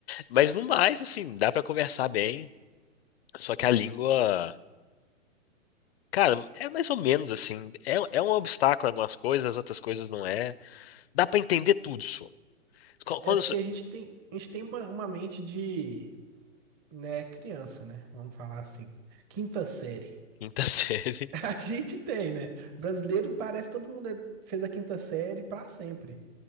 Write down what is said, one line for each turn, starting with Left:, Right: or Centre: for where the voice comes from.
Left: Mas no mais, assim, dá pra conversar bem. Só que a língua. Cara, é mais ou menos assim. É, é um obstáculo em algumas coisas, outras coisas não é. Dá pra entender tudo, só. Qu-
Right: É
Left: Quando,
Right: porque a gente tem, a gente tem uma, uma mente de, né, criança, né? Vamos falar assim. Quinta série.
Left: Quinta <laughs>
Right: <laughs>
Left: série.
Right: A gente tem, né? Brasileiro parece que todo mundo é- fez a quinta série pra sempre.